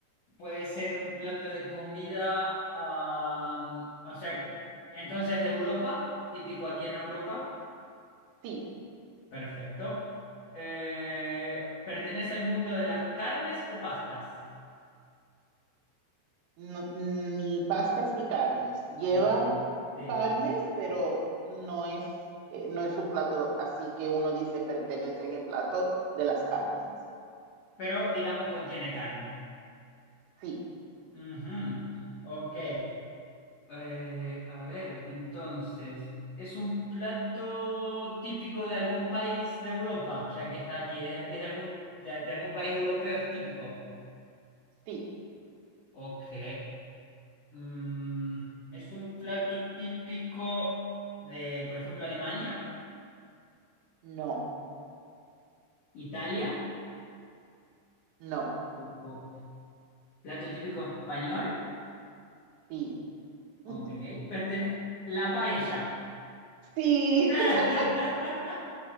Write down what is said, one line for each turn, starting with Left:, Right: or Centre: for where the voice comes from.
Left: Puede ser un plato de comida, am, o sea, que- entonces de Europa, típico aquí en Europa.
Right: sí.
Left: Perfecto. Eh, ¿pertenece al mundo de las carnes o pastas?
Right: No- ni pastas ni carnes. Lleva
Left: Ni- Sí.
Right: carnes, pero no es, eh, no es un plato así que uno dice pertenece en el plato de las carnes.
Left: Pero digamos contiene carne.
Right: Sí,
Left: Ujú. Ok. Eh, a ver, entonces, ¿es un plato típico de algún país de Europa, ya que está aquí? ¿Es, es de algún, de, de algún país europeo? ¿Es típico?
Right: sí,
Left: Ok. Mm, ¿es un plato típico de, por ejemplo, Alemania?
Right: no,
Left: ¿Italia?
Right: no,
Left: Tampoco. ¿Plato típico español?
Right: sí. <laughs>
Left: Ok. Pertene- La paella.
Right: Sí,
Left: <laughs>
Right: <laughs>